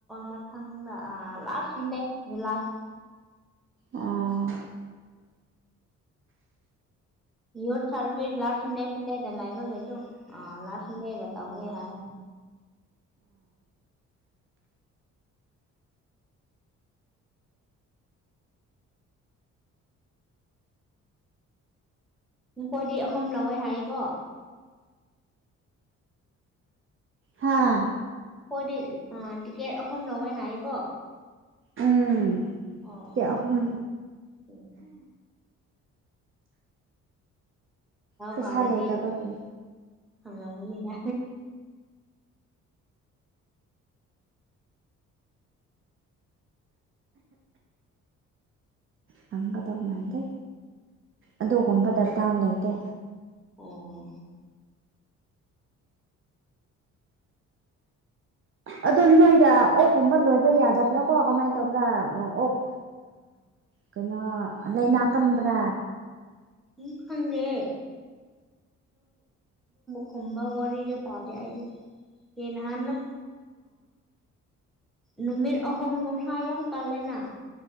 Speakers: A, in the centre; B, on the right.
A: ꯃꯊꯪꯗ ꯑ ꯂꯥꯁ ꯗꯦ ꯖꯨꯂꯥꯏ
B: ꯑꯥ
A: ꯌꯨꯠ ꯁꯥꯔꯚꯤꯁ ꯂꯥꯁ ꯁꯟꯗꯦ ꯁꯟꯗꯦꯗ ꯂꯩꯕꯒꯩ ꯑꯗꯨ ꯑ ꯂꯥꯁ ꯁꯟꯗꯦꯗ ꯇꯧꯒꯦ ꯍꯥꯏ ꯃꯈꯈꯣꯏꯗꯤ ꯑꯍꯨꯝ ꯂꯧꯋꯦ ꯍꯥꯏꯀꯣ
B: ꯍꯥꯥ
A: ꯍꯣꯏꯗꯤ ꯇꯤꯀꯦꯠ ꯑꯍꯨꯝ ꯂꯧꯋꯦ ꯍꯥꯏꯌꯦꯀꯣ
B: ꯎꯝ
A: ꯑꯣ
B: ꯑꯍꯨꯝ
A: ꯎ
B: ꯄꯩꯁꯥ
A: ꯐꯥꯔꯗꯤ
B: ꯂꯩꯇꯕꯒꯤ
A: ꯐꯪꯂꯝꯂꯝꯅꯤꯗ
B: ꯐꯪꯒꯗꯧ ꯃꯥꯟꯗꯦ ꯑꯗꯨꯒꯨꯝꯕꯗ ꯗꯥꯥꯎ ꯂꯩꯇꯦ
A: ꯑꯣ
B: ꯑꯗꯨꯗꯣ ꯅꯣꯏꯗ ꯑꯣꯛꯀꯨꯝꯕ ꯂꯣꯏꯕ ꯌꯥꯗꯕ꯭ꯔꯥ ꯀꯣ ꯀꯃꯥꯏꯅ ꯇꯧꯕ꯭ꯔꯥ ꯑꯣꯛ ꯀꯩꯅꯣ ꯂꯥꯏꯅꯥ ꯀꯟꯕ꯭ꯔꯥ
A: ꯎꯝ ꯈꯪꯗꯦ ꯈꯨꯝꯕ ꯋꯥꯔꯤꯗ ꯇꯥꯗꯦ ꯑꯩꯗꯤ ꯀꯍꯥꯟ ꯑ ꯅꯨꯃꯤꯠ ꯑꯍꯨꯝ ꯅꯨꯡꯁꯥ ꯌꯥꯝ ꯀꯜꯂꯦꯅꯥ